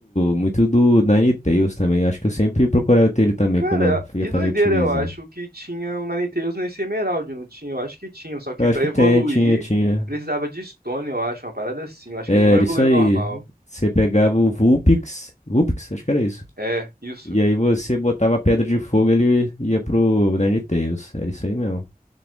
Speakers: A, on the left; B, on the right.
A: muito do Ninetales também. Acho que eu sempre procurava ter ele também
B: Cara,
A: quando eu
B: e
A: ia fazer
B: doideira,
A: um timezinho.
B: eu acho que tinha um Ninetales nesse Emerald, não tinha? Eu acho que tinha, só que
A: Eu
B: pra
A: acho que
B: evoluir
A: tem, tinha, tinha.
B: precisava de Stone, eu acho, uma parada assim. Eu acho
A: É,
B: que ele não evoluiu
A: era isso aí.
B: normal.
A: Você pegava o Vulpix. Vulpix? Acho que era isso.
B: É, isso.
A: E aí você botava a pedra de fogo, ele ia pro Ninetales. Era isso aí mesmo.